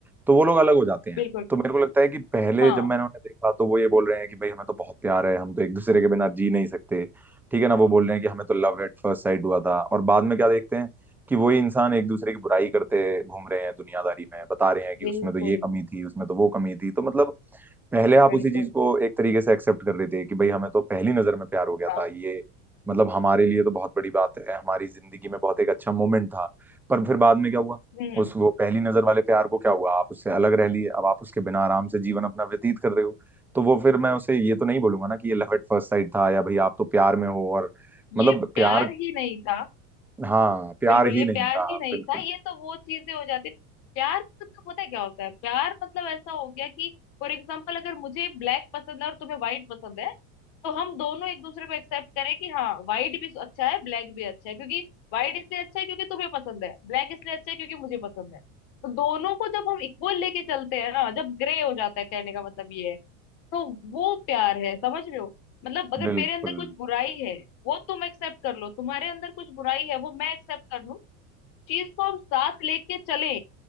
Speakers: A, in the centre; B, on the left.
A: तो वो लोग अलग हो जाते हैं
B: बिल्कुल
A: तो मेरे को लगता है कि पहले
B: हाँ
A: जब मैंने उन्हें देखा तो वो ये बोल रहे हैं कि भाई हमें तो बहुत प्यार है हम तो एक दूसरे के बिना जी नहीं सकते ठीक है ना वो बोल रहे हैं कि हमें तो लव एट फर्स्ट साइट हुआ था और बाद में क्या देखते हैं कि वही इंसान एक दूसरे की बुराई करते घूम रहे हैं दुनियादारी में बता रहे हैं कि
B: बिल्कुल
A: उसमें तो ये कमी थी उसमें तो वो कमी थी तो मतलब पहले आप
B: बिल्कुल
A: उसी चीज को एक तरीके से एक्सेप्ट कर रहे थे कि भाई हमें तो पहली नजर में प्यार हो गया
B: हाँ
A: था ये मतलब हमारे लिए तो बहुत बड़ी बात है हमारी जिंदगी में बहुत एक अच्छा मोमेंट था पर फिर बाद में क्या हुआ
B: हम्म
A: उस वो पहली नजर वाले प्यार को क्या हुआ आप उससे अलग रह लिए अब आप उसके बिना आराम से जीवन अपना व्यतीत कर रहे हो तो वो फिर मैं उसे ये तो नहीं बोलूंगा ना कि ये लव एट फर्स्ट साइट था या भाई आप तो प्यार में हो और मतलब
B: ये प्यार
A: प्यार
B: ही नहीं था
A: हाँ प्यार
B: बिल्कुल
A: ही
B: ये
A: नहीं
B: प्यार
A: था
B: ही नहीं
A: बिल्कुल
B: था ये तो वो चीजें हो जाती प्यार मतलब पता है क्या होता है प्यार मतलब ऐसा हो गया कि फॉर एग्जाम्पल अगर मुझे ब्लैक पसंद है और तुम्हें व्हाइट पसंद है तो हम दोनों एक दूसरे को एक्सेप्ट करें कि हाँ व्हाइट भी अच्छा है ब्लैक भी अच्छा है क्योंकि व्हाइट इसलिए अच्छा है क्योंकि तुम्हें पसंद है ब्लैक इसलिए अच्छा है क्योंकि मुझे पसंद है तो दोनों को जब हम इक्वल लेके चलते हैं ना जब ग्रे हो जाता है कहने का मतलब ये है तो वो प्यार है समझ रहे हो मतलब अगर
A: बिल्कुल
B: मेरे अंदर कुछ बुराई है वो तुम एक्सेप्ट कर लो तुम्हारे अंदर कुछ बुराई है वो मैं एक्सेप्ट कर लूं चीज को हम साथ लेके चले